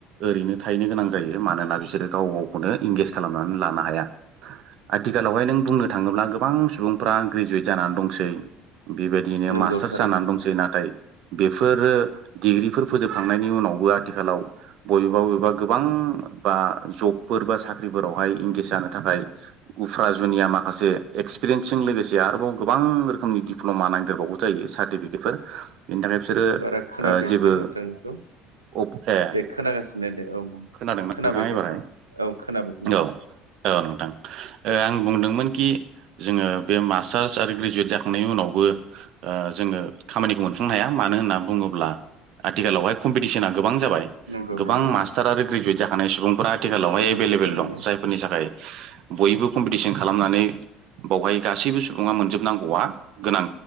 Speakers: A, on the right; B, on the right.
A: ओरैनो थाहैनो गोनां जायो मानोना बिसोरो गाव गावखौनो इंगेज खालामनानै नानो लानो हाया आथिखालावहाय नों बुंनो थाङोब्ला गोबां सुबुंफ्रा ग्रेजुवेट जानानै दं सै बेबायदियैनो
B: नंगौ
A: मास्टार्स
B: थारैनो
A: जानानै दंसै नाथाय बेफोरो डिग्रिफोर फोजोबखांनायनि उनावबो आथिखालाव बबेबा बबेबा गोबां बा जबफोर बा साख्रिफोरावहाय इंगेज जानो थाखाय गुफ्रा जुनिया माखासे एक्सपिरियेन्सजों लोगोसे आरोबाव गोबां रोखोमनि दिप्ल'मा नांदेरबाओ जायो सार्टिफिकेटफोर बिनि थाखाय बिसोरो
B: बारा खोनाफैयासै
A: ओ जेबो
B: नोंथांनिखौ
A: अप ए
B: दे खोनागासिनो दे औ
A: खोनादोंना
B: खोनाबाय
A: नोंथाङा
B: दे
A: एबारहाय
B: औ खोनाबाय खोनाबाय।
A: औ औ नोंथां आं बुंदोंमोन कि जोङो बे मास्टार्स आरो ग्रेजुवेट जाखां थांनायनि उनावबो जोङो खामानिखौ मोनफुंनो हाया मानो होनना बुङोब्ला आथिखालावहाय कम्पिटिसना गोबां जाबाय
B: नंगौ
A: गोबां
B: नंगौ
A: मास्टार आरो ग्रेजुवेट जाखानाय सुबुंफोरा्रा आथिखालावहाय
B: नंगौ
A: एभेलेबेल
B: थारैनो
A: दं जायफोरनि थाखाय बयबो कम्पिटिसन खालामनानै बावहाय गासैबो सुबुङा मोनजोबनांगौआ गोनां